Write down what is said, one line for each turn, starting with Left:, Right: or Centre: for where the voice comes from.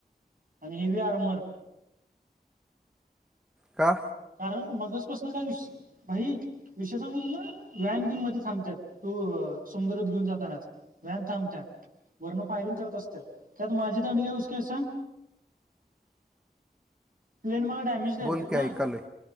Right: आणि हेवी आर्मर
Centre: का?
Right: कारण मगाच पासन काय विषय भाई विषय सांगू तुला <unintelligible> घेऊन मध्ये थांबतात तू समुद्रात घेऊन जाताना. व्हॅन थांबत्यात वरन फायरिंग करत असतात त्यात माझी दांडगी हाऊस काय सांग. प्लेन मला डॅमेज द्यायचेत
Centre: बोल
Right: ना
Centre: की ऐकालोय